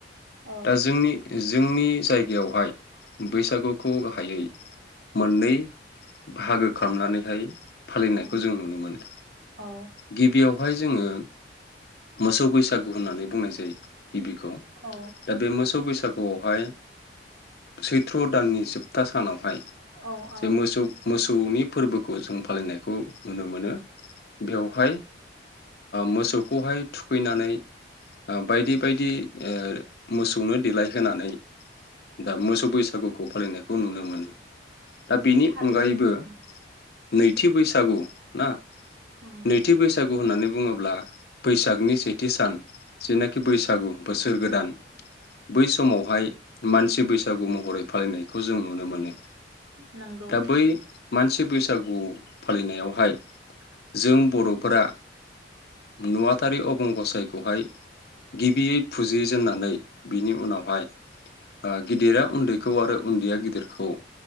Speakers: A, on the right; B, on the left.
A: औ
B: दा जोंनि जोंनि बेवहाय बैसागुखौ गाहायै मोननै बाहागो खालामनानैहाय फालिनायखौ
A: उम
B: जों नुनो मोनो
A: औ
B: गिबियाव जोंङो मोसौ बैसा गु होननानै बुंनाय जायो। गिबिखौ
A: औ
B: दा बे मोसौ बैसा गु आवहाय सैथ्र' दाननि जोबथा सानाव हाय
A: औ औ
B: जों मोसौ मो सौनि फोरबोखौ जों फालिनायखौ नुनो मोनो बेवहाय मोसौखौहाय थुखैनानै बायदि बायदि मोसौनो देलायहोनानै दा मोसौ बैसागुखौ फालिनायखौ नुनो मोनो। दा बेनि
A: थारैनो
B: अनगायैबो
A: उम
B: नैथि बैसागु ना
A: उम
B: नैथि बैसा गु होननानै बुङोब्ला बैसागनि सेथि सान जेनाखि बैसागु बोसोर गोदान बै समावहाय मानसि बैसागु महरै फालिनायखौ जों नुनो मोनो
A: नोंगौ
B: दा बै मानसि बैसागु फालिनायावहाय जों बरफोरा नुवाथारि अबं गसाइखौहाय गिबियै फुजिजेननानै बिनि उनावहाय ओ गिदिरा उन्दैखौ आरो उन्दैया गिदिरखौ